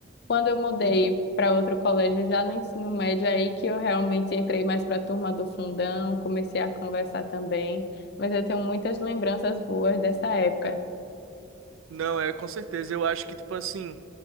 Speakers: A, on the left; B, on the right.
A: Quando eu mudei
B: Uhum.
A: para outro colégio, já no ensino médio, é aí que eu realmente entrei mais para a turma do fundão, comecei a conversar também. Mas eu tenho muitas lembranças boas dessa época.
B: Não, é com certeza. Eu acho que, tipo assim,